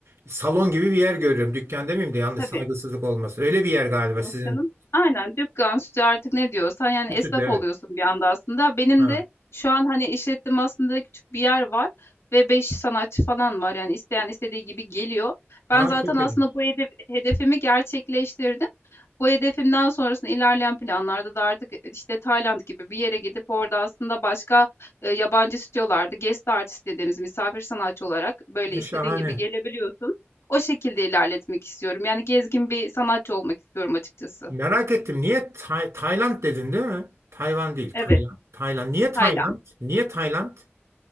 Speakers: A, on the right; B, on the left.
A: salon gibi bir yer görüyorum. Dükkan demeyeyim de yanlış
B: tabii.
A: saygısızlık olmasın. Öyle bir yer galiba
B: Yok
A: sizin
B: canım. Aynen dükkan, stüdyo artık ne diyorsan yani esnaf
A: stüdyo evet.
B: oluyorsun bir anda aslında. Benim
A: Ha.
B: de şu an hani işlettim aslında küçük bir yer var ve 5 sanatçı falan var. Yani isteyen istediği gibi geliyor. Ben
A: Ha,
B: zaten
A: çok
B: aslında
A: ilginç.
B: bu hedef, hedefimi gerçekleştirdim. Bu hedefimden sonrasında ilerleyen planlarda da artık e, işte Tayland gibi bir yere gidip orada aslında başka e, yabancı stüdyolarda guest artist dediğimiz misafir sanatçı olarak böyle istediğin
A: Şahane.
B: gibi gelebiliyorsun. O şekilde ilerletmek istiyorum. Yani gezgin bir sanatçı olmak istiyorum açıkçası.
A: Merak ettim. Niye Tay- Tayland dedin değil mi? Tayvan değil.
B: Evet.
A: Tayland. Tayland. Niye Tayland?
B: Tayland.
A: Niye Tayland?